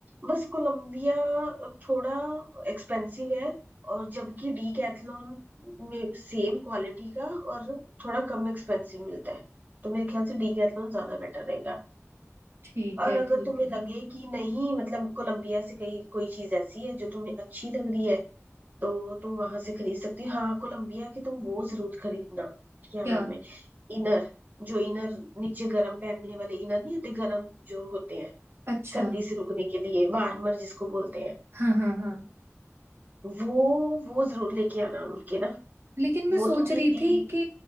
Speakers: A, on the right (about 35°); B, on the right (about 60°).
A: बस कोलंबिया थोड़ा एक्सपेंसिव है और जबकि डीकैथलॉन में सेम क्वालिटी का और थोड़ा कम एक्सपेंसिव मिलता है तो मेरे ख्याल से डीकैथलॉन ज्यादा बेटर रहेगा
B: ठीक
A: और
B: है
A: अगर
B: ठीक
A: तुम्हें
B: है
A: लगे
B: हाँ
A: कि नहीं मतलब कोलंबिया से कहीं कोई चीज ऐसी है जो तुम्हें अच्छी लग रही है तो तुम वहां से खरीद सकती हो हाँ कोलंबिया की तुम वो जरूर खरीदना क्या
B: क्या
A: नाम है इनर जो इनर नीचे गरम पहनने वाले इनर नहीं होते गरम जो होते हैं
B: अच्छा
A: सर्दी से रुकने के लिए वार्मर जिसको बोलते हैं
B: हाँ हाँ हाँ
A: वो वो जरूर लेके आना उनके ना
B: लेकिन मैं
A: वो
B: सोच
A: तुम्हें
B: रही
A: एक
B: थी कि